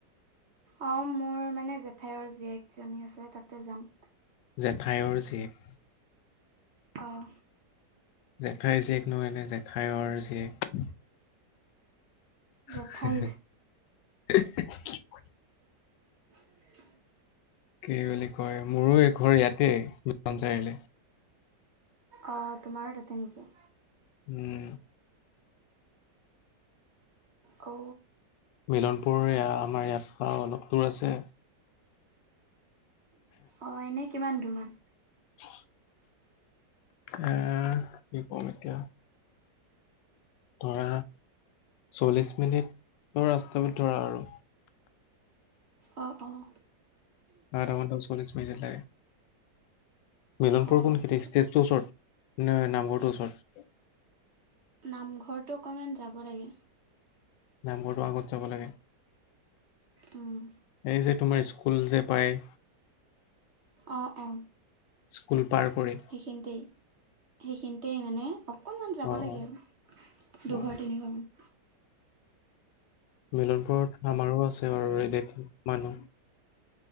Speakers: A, on the right; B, on the left.
A: অ, মোৰ মানে জেঠাইৰ জীয়েকজনী আছে তাতে যাম।
B: জেঠাইৰ জীয়েক।
A: আহ।
B: জেঠাইৰ জীয়েক নহয় এনে জেঠাইৰ জীয়েক। <unintelligible>
A: জেঠাই <unintelligible>
B: কি বুলি কয় মোৰো এই ঘৰ ইয়াতে চাৰিআলি।
A: অঁ, তোমাৰো তাতে নেকি?
B: উম।
A: অ,।
B: মিলনপুৰ আমাৰ ইয়াত পৰা অলপ দূৰ আছে।
A: অ, এনে কিমান দোৰমান?
B: <unintelligible> আহ কি ক'ম এতিয়া। ধৰা চল্লিছ মিনিট। তৰ ৰাস্তবিধ ধৰা আৰু।
A: অঁ, অঁ,।
B: অ ৰ দ চোৱলিছ মিট লাগে মিলনপুৰ
A: অ',
B: কোনখেতি
A: আচ্ছা
B: ষ্টেজটোৰ
A: আচ্ছা।
B: ওচৰত ন নাম্বৰটোৰ ওচৰত
A: নামঘৰটো অকণমান যাব লাগে
B: নাম্বৰটো আগত যাব লাগে
A: উম,
B: এই যে তোমাৰ স্কুল যে পায়
A: অঁ অঁ
B: স্কুল পাৰ কৰি
A: সেইখিনিতে সেইখিনিতে মানে অকনমান যাব
B: অ
A: লাগে
B: অ
A: আৰু
B: অ
A: দুঘৰ তিনি ঘৰ মান
B: মিলনপুৰত আমাৰো আছে আৰু মানুহ